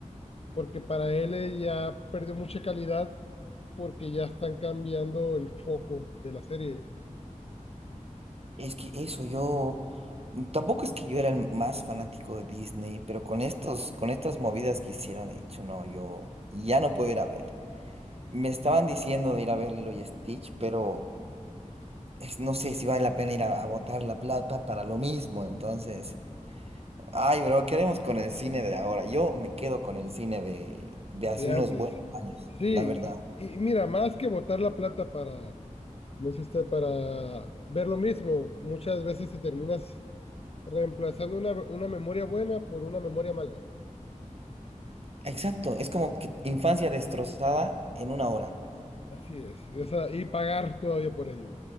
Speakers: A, on the left (about 50°); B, on the right (about 50°).
A: porque para él eh, ya perdió mucha calidad porque ya están cambiando el foco de la serie
B: es que eso, yo tampoco es que yo era el más fanático de Disney, pero con estos, con estas movidas que hicieron, he dicho, no, yo ya no puedo ir a ver. Me estaban diciendo de ir a ver Lilo y Stitch, pero es- no sé si vale la pena ir a, a botar la plata para lo mismo. Entonces, ay, bro, ¿qué haremos con el cine de ahora? Yo me quedo con el cine de, de hace
A: de
B: unos
A: antes.
B: buenos años,
A: Sí,
B: la verdad.
A: y, y mira, más que botar la plata para, como dice usted, para ver lo mismo, muchas veces te terminas reemplazando una, una memoria buena por una memoria mala.
B: Exacto, es como que infancia destrozada en una hora.
A: Así es, o sea, y pagar todavía por ello.